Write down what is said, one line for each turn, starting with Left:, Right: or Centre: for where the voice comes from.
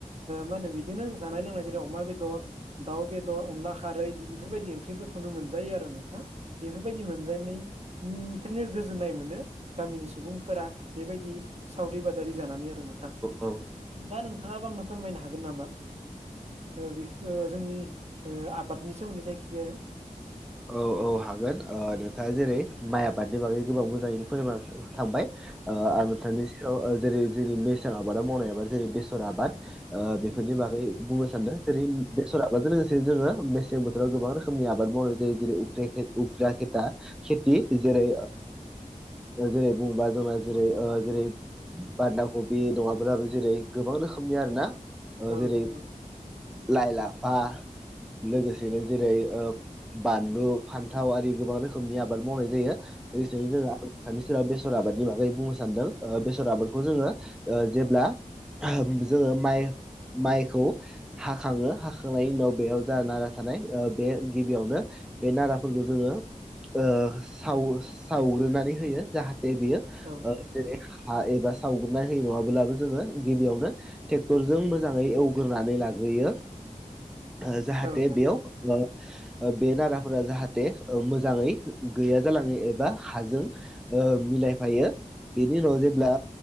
Right: मा होनो बिदिनो जानाय लोंनाय जेरै अमा बेदर दाउ बेदर थ अनला खारै बिदिफोरबायदि ओंख्रिफोरखौनो मोनजायो आरो नोंथां बेफोरबायदि मोनजनायनिफ्रायनो गोजोननाय मोनो गामिनि सुबुंफोरा बेबायदि सावरि बादारि जानानै आरो नोंथां
Centre: औ
Right: दा नोंथांङाबो आंनो फोरमायनो हागोन नामा बेफोर जोंनि ओ आबादनि सोमोनदै जायखिजाया
Centre: औ औ हागोन नोंथांङा जेरै माइ आबादनि बागै गोबां मोजांङैनो फोरों थांबाय आं
Right: औ
Centre: नोंथांनि सायाव जेरै जोंनि मेसें आबादाव मावनायाबा जेरै बेसर आबाद ओ
Right: नोंथां
Centre: बेफोरनि बागै बुंनो सानदों जेरै बेसर आबादजों लोगोसे जोंङो मेसें बोथोराव गोबां रोखोमनि आबाद मावनाय जायो जेरै उग्रा खेथा खेथि जेरै जेरै बुंबा जोंना जेरै जेरै बानदा कबि नङाब्लाबो जेरै गोबां रोखोमनि आर ना ओ
Right: औ नोंथां
Centre: जेरै लाइ लाफा लोगोसेनो जेरै बानलु फानथाव आरि गोबां रोखोमनि आबाद मावनाय जायो लोगोसेनो जों नोंथांनि सेराव बेसर आबादनि बागै बुंनो सानदों बेसर आबादखौ जोंङो जेब्ला जोंङो माइ माइखौ हाखांङो हाखांनायनि उनाव बेयाव जा नारा थानाय बे गिबियावनो बे नाराफोरखौ जोंङो ओ साव सावग्रोनानै होयो। जाहाथे बेयो
Right: औ नोंथां
Centre: ओ जेरै हा एबा सावगुरनाय होयो नंङाब्लाबो जोंङो गिबियावनो ट्रेक्टरजों मोजांङै एवग्रोनानै लाग्रोयो। ओ जाहाथे
Right: औ नोंथां
Centre: बेयाव बे नारा फोरा जाहाथे मोजांङै गैया जालाङो एबा हाजों ओ‌ मिलायफायो बेनि उनाव जेब्ला